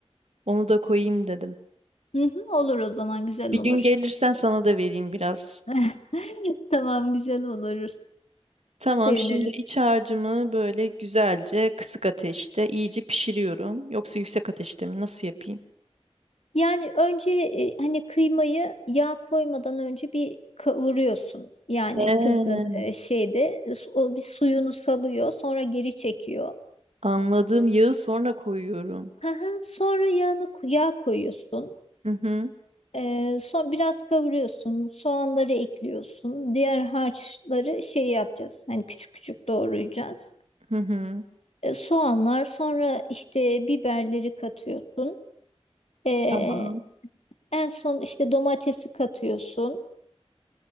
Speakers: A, on the right; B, on the left.
A: Onu da koyayım dedim.
B: Hı hı, olur o zaman güzel
A: Bir
B: olur.
A: gün gelirsen sana da vereyim biraz.
B: <laughs> Tamam güzel olur.
A: Tamam.
B: Sevinirim.
A: Şimdi iç harcımı böyle güzelce kısık ateşte iyice pişiriyorum. Yoksa yüksek ateşte mi? Nasıl yapayım?
B: Yani önce e, hani kıymayı yağ koymadan önce bir kavuruyorsun. Yani
A: He.
B: kızgın e, şeyde e, su- o bir suyunu salıyor, sonra geri çekiyor.
A: Anladım. Yağı sonra koyuyorum.
B: Hı hı, Sonra yağını yağ koyuyorsun.
A: Hı hı.
B: Ee, son biraz kavuruyorsun, soğanları ekliyorsun, diğer harçları şey yapacağız. Hani küçük küçük doğrayacağız.
A: Hı hı.
B: Ee, soğanlar, sonra işte biberleri katıyorsun. Ee,
A: Tamam.
B: en son işte domatesi katıyorsun.